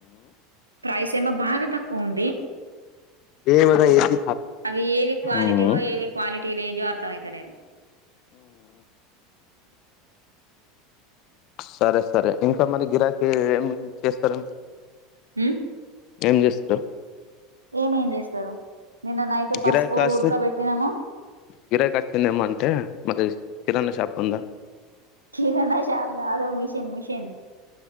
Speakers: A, on the right (about 85°); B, on the left (about 50°).
A: ప్రైస్ ఏమో బాగా తక్కువ ఉంది
B: ఏమదా ఏసి
A: అవి ఏవి క్వాలిటీవో
B: ఉమ్
A: ఏవి క్వాలిటీ లేనివో అర్థం అవుతలేదు
B: సరే సరే ఇంకా మన గిరాకి ఏం చేస్తారూ
A: హమ్
B: ఏం చేస్తారు
A: ఎం ఏమేం చేస్తారు నిన్న నైట్ పసుపు
B: గిరాయి కాస్ట్
A: ఉడకబెట్టినాము
B: గిరాయి కాచిందేమో అంటే మరి కిరాణా షాప్ ఉందా
A: కిరాణా షాప్ కాదు మిషన్ మిషన్